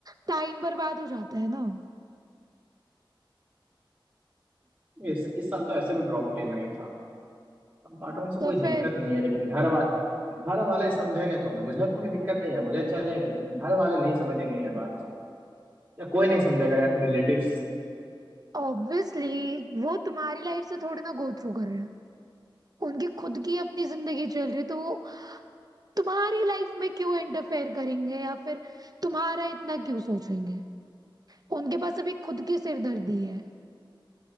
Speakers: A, on the right (about 45°); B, on the right (about 20°).
A: टाइम बर्बाद हो जाता है ना
B: इस इस साल तो ऐसे भी ड्रॉप लेना ही था अब पार्ट वन से
A: तो
B: कोई
A: फिर
B: दिक्कत नहीं है लेकिन घर वा, घर वाले समझेंगे तो मुझे कोई दिक्कत नहीं है मुझे चलेगा लेकिन घर वाले नहीं समझेंगे ये बात या कोई नहीं
A: तो
B: समझेगा या रिलेटिव्स
A: ऑब्वियसली वो तुम्हारी लाइफ से थोड़ी ना गो थ्रू कर रहे हैं उनकी खुद की अपनी जिंदगी चल रही है तो वो तुम्हारी लाइफ में क्यों इंटरफेयर करेंगे या फिर तुम्हारा इतना क्यों सोचेंगे उनके पास अभी खुद की सिरदर्दी है